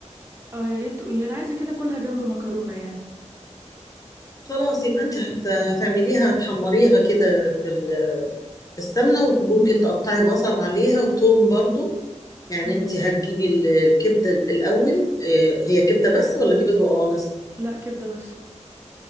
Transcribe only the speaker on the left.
خلاص يبقى انت هت... هتعمليها هتحمريها كده في, ال... في السمنه وممكن تقطعي بصل عليها وتوم برضو يعني
انت هتجيبي ال- الكبده الاول آه، هي كبده بس ولا كبده وقوانص